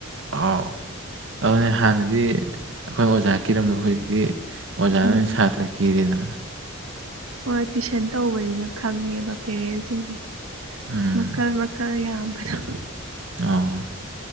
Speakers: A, on the right; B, on the right.
A: ꯑꯥꯎ ꯑꯗꯨꯅꯦ ꯍꯥꯟꯅꯗꯤ ꯑꯩꯈꯣꯏꯅ ꯑꯣꯖꯥ ꯀꯤꯔꯝꯕ ꯍꯧꯖꯤꯛꯇꯤ ꯑꯣꯖꯥꯅ
B: ꯎꯝ
A: ꯁꯥꯇ꯭ꯔ ꯀꯤꯔꯦꯗꯅ
B: ꯍꯣꯏ ꯇꯨꯋꯁꯟ ꯇꯧꯕꯅꯤꯅ ꯈꯪꯉꯦꯕ ꯄꯦꯔꯦꯟꯁ ꯁꯤꯡꯁꯦ
A: ꯎꯝ
B: ꯃꯈꯜ ꯃꯈꯜ ꯌꯥꯝꯕꯗꯣ
A: ꯑ